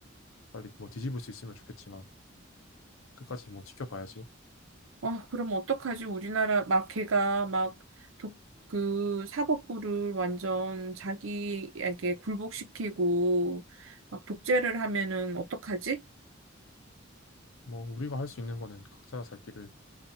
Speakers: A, on the left (about 85°); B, on the right (about 80°).
A: 빨리 뭐 뒤집을 수 있으면 좋겠지만 끝까지 뭐 지켜봐야지.
B: 아, 그럼 어떡하지? 우리나라 막 걔가 막 독, 그 사법부를 완전 자기에게 굴복시키고 막 독재를 하면은 어떡하지?
A: 뭐 우리가 할 수 있는 거는 각자 살 길을